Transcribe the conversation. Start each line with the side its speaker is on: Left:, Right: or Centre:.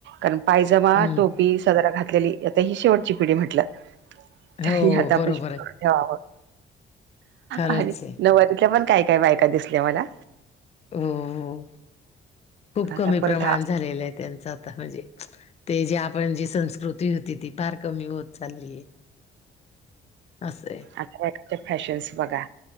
Right: अन पायजमा
Left: हम्म
Right: टोपी सदरा घातलेली आता ही शेवटची पिढी म्हटलं
Left: हो
Right: तरी आता आपण
Left: बरोबर
Right: ऑपरेशन
Left: आहे
Right: करून ठेवावत
Left: खरंच
Right: आणि
Left: आहे
Right: नवऱ्याच्या मनातल्या पण काय काय बायका दिसल्या मला
Left: हो..... खूप
Right: आता
Left: कमी
Right: परत
Left: प्रमाणात
Right: हा
Left: झालेलं आहे त्यांचं आता म्हणजे. ते जे आपण जी संस्कृती होती ती फार कमी होत चाललीय अस आहे
Right: आत्ताच्या फॅशनस बघा